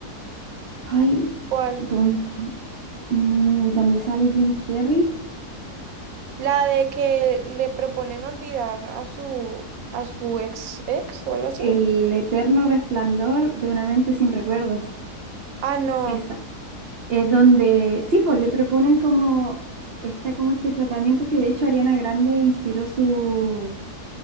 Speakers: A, on the right (about 50°); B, on the right (about 70°).
A: Ay,
B: ¿cuál?
A: don- mm, donde sale Jim Carrey.
B: La de que le proponen olvidar a su, a su ex ex o algo así.
A: El eterno resplandor de una mente sin recuerdos.
B: Ah, no.
A: Esa. Es donde, sí, pues le proponen como, está como este tratamiento que de hecho Ariana Grande inspiró su,